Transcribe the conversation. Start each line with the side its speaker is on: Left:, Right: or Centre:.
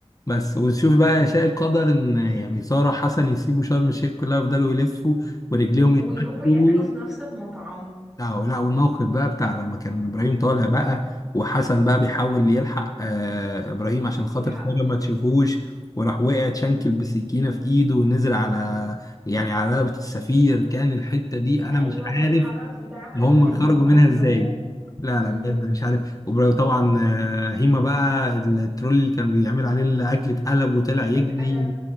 Left: بس وتشوف بقى يا شاء القدر إن يعني سارة وحسن يسيبوا شرم الشيخ كلها ويفضلوا يلفوا ورجليهم يتمشوا
Centre: ويروحوا ياكلوا في نفس المطعم
Left: لا لا والموقف بقى بتاع لما كان ابراهيم طالع بقى وحسن بقى بيحاول يلحق آه ابراهيم عشان خاطر
Centre: يلحق
Left: خاله ما تشوفوش وراح وقع اتشنكل بسكينه في ايده ونزل على يعني على رقبه السفير كان الحته دي انا مش
Centre: ايوه
Left: عارف
Centre: والحرس بتاعه كانوا
Left: هم
Centre: هيضربوا
Left: خرجوا منها
Centre: هيضربوه
Left: ازاي لا
Centre: امم
Left: لا بجد مش عارف وطبعا آه، هيما بقى الترول اللي كان بيعمل عليه الاكل اتقلب وطلع يجري
Centre: اتقلب